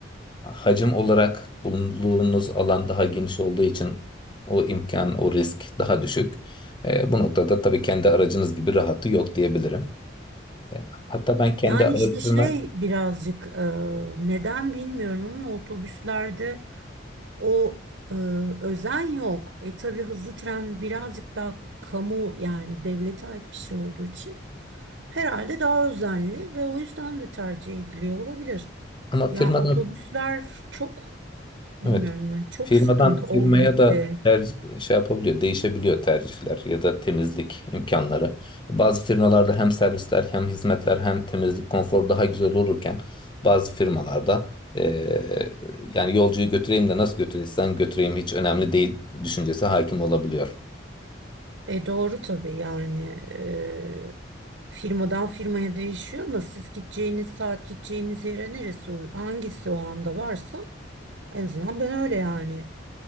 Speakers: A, on the left (about 25°); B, on the right (about 65°).
A: Hacim olarak bulunduğunuz alan daha geniş olduğu için o imkan, o risk daha düşük. E, bu noktada tabii kendi aracınız gibi rahatı yok diyebilirim. E, hatta ben kendi
B: Yani
A: aracımı
B: işte şey birazcık ee, neden bilmiyorum ama otobüslerde O e, özen yok. E tabii hızlı tren birazcık daha kamu yani devlete ait bir şey olduğu için herhalde daha özenli ve o yüzden de tercih ediliyor olabilir.
A: ama
B: Ya
A: firmadan
B: otobüsler çok bilmiyorum
A: evet
B: ben çok
A: Firmadan
B: sıkıntı
A: firmaya
B: oldu bitti.
A: da ter- şey yapabiliyor, değişebiliyor tercihler ya da temizlik imkanları. Bazı firmalarda hem servisler hem hizmetler hem temizlik konfor daha güzel olurken bazı firmalarda eee, yani yolcuyu götüreyim de nasıl götürürsen götüreyim hiç önemli değil düşüncesi hakim olabiliyor.
B: E doğru tabii yani e, firmadan firmaya değişiyor ama siz gideceğiniz saat gideceğiniz yere neresi uy- hangisi o anda varsa en azından ben öyle yani.